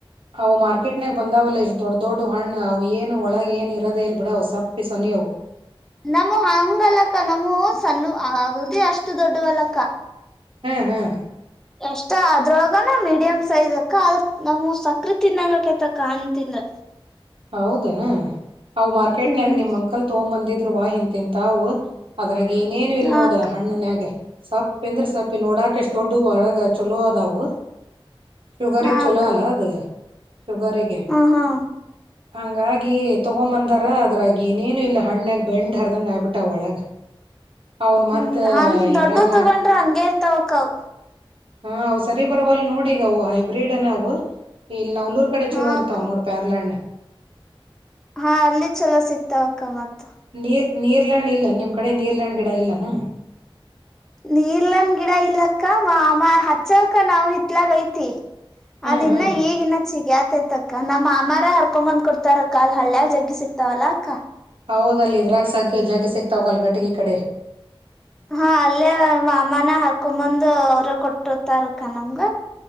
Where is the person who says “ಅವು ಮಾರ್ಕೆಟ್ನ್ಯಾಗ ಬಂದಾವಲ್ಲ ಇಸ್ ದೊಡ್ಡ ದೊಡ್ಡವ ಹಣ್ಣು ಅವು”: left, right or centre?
Right